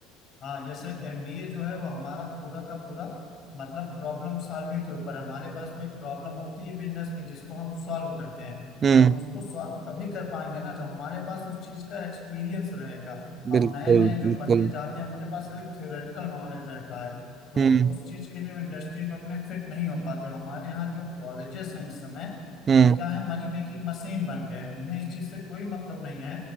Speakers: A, on the left (about 40°); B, on the right (about 35°).
A: हाँ जैसे एमबीए जो है वो हमारा पूरा का पूरा मतलब प्रॉब्लम सॉल्विंग के ऊपर है हमारे पास कोई प्रॉब्लम होती है बिजनेस की जिसको हम सॉल्व करते हैं तो
B: हम्म
A: हम उसको सॉल्व तभी कर पाएंगे ना जब हमारे पास उस चीज का एक्सपीरियंस रहेगा अब
B: बिल्कुल
A: नए नए जो
B: बिल्कुल
A: बंदे जाते हैं उनके पास सिर्फ थ्योरेटिकल नॉलेज रहता है तो
B: हम्म
A: उस चीज के लिए वो इंडस्ट्री में अपने फिट नहीं हो पाते हमारे यहाँ जो कॉलेजेस हैं इस समय
B: हम्म
A: वो क्या है मनी मेकिंग मशीन बन गए हैं। उन्हें इस चीज से कोई मतलब नहीं है